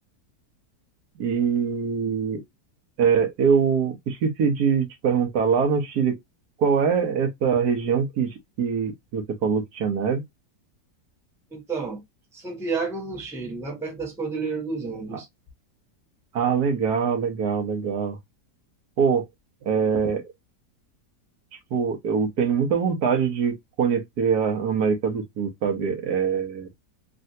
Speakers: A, on the right; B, in the centre.
A: E é, eu esqueci de te perguntar lá no Chile, qual é essa região que, que, que você falou que tinha neve?
B: Então, Santiago do Chile, lá perto das Cordilheiras dos Andes.
A: Ah, ah, legal, legal, legal. Pô, é, tipo, eu tenho muita vontade de conhecer a América do Sul, sabe? É,